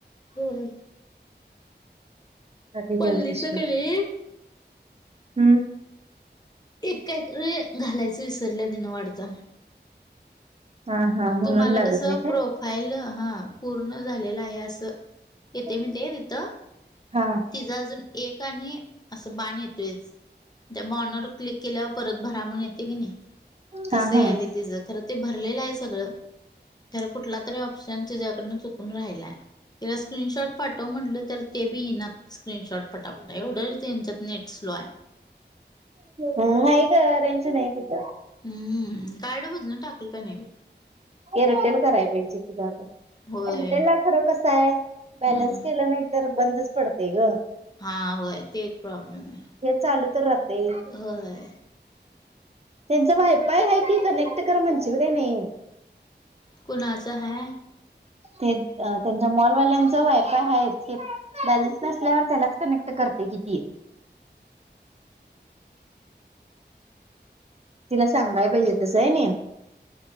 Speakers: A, on the left; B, on the right.
A: <unintelligible>
B: घीयल
A: पल्लीचं
B: कशी
A: कणी
B: आहे. हम्म
A: एक काहीतरी घालायच विसरल्या तिन वाटत.
B: हा हा म्हणून
A: तुम्हाला
B: लागत
A: कस
B: नाही
A: प्रोफ फाईल हा पूर्ण झालेला आहे. अस येते
B: काय?
A: म्हणते का तिथ
B: हा
A: तिचा अजून एक आणि अस बाण येतोयच. त्या बाणावर क्लिक केल्यावर परत भरा म्हणून येते की नाही. तस
B: हा
A: यायल
B: हा
A: तिच. खर ते भरलेलं आहे सगळ. खर कुठला तरी ऑप्शन तिच्यायाकडून चुक चुकून राहिलाय. तिला स्क्रीनशॉट पाठव म्हटलं तर ते बी येईना स्क्रीनशॉट पटापट. एवढं त्यांच्यात नेट स्लो आहे.
B: नाही ग रेंज नाही तिथ.
A: हम्म कार्ड बदलून टाकल त्यांनी बी.
B: एअरटेल कराय पाहिजे तुला आता.
A: होय
B: एअरटेलला खर कस आहे. बॅलन्स
A: हम्म
B: केलं नाही तर बंदच पडते ग.
A: हा होय ते एक प्रॉब्लेम आहे.
B: हे चालू तर राहते
A: होय.
B: त्यांच वायफाय आहे की कनेक्ट कर म्हणशील काही नाही.
A: कुणाचा आहे.
B: ते त्यांच्या मॉलवाल्यांच वायफाय आहेच. बॅलन्स नसल्यावर त्याला कनेक्ट करते कि ती तिला सांगाया पाहिजे तसं आहे नी